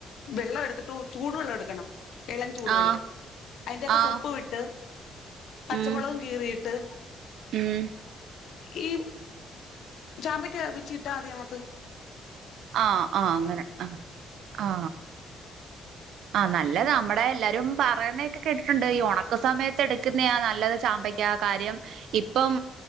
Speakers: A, on the left; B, on the right.
A: വെള്ളം എടുത്തിട്ടു ചൂടുവെള്ളം എടുക്കണം ഇളം ചൂടുവെള്ളം
B: ആഹ്
A: അതിന്റെൊക്കെ
B: ആഹ്
A: തുപ്പ് വിട്ട് പച്ചമുളകും
B: ഉം
A: കീറിയിട്ട്
B: ഉം
A: ഈ ചാമ്പയ്ക്കപിച്ചിട്ടാ അതികത്ത്
B: ആ ആ അങ്ങനെ ആ ആ ആഹ നല്ലത് നമ്മടെ എല്ലാരും പറയുന്നേൊക്കെ കേട്ടിട്ടുണ്ട് ഈ ഉണക്ക സമയത്ത് എടുക്കുന്ന നല്ലത്മ്പ ആ കാര്യം ഇപ്പം